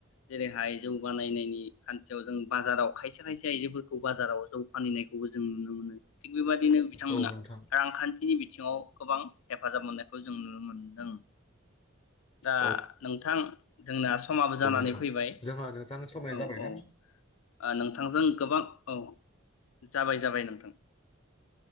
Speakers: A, on the left (about 75°); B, on the left (about 30°).
A: जेरैहाय जौ बानायनायनि खान्थियाव जों बाजाराव खायसे खायसे आयजोफोरखौ बाजाराव जौ फानहनायखौबो जों नुनो मोनो थिग बेबादिनो बिथांमोना
B: औ नोंथां
A: रांखान्थिनि बिथिङाव गोबां हेफाजाब मोननायखौ जों नुनो मोनदों दा
B: औ
A: नोंथां जोंना समाबो जानानै
B: औ नोंथां
A: फैबाय
B: जोंहा नोंथां समाया
A: औ
B: जाबायदां
A: औ नोंथांजों गोबां औ जाबाय जाबाय नोंथां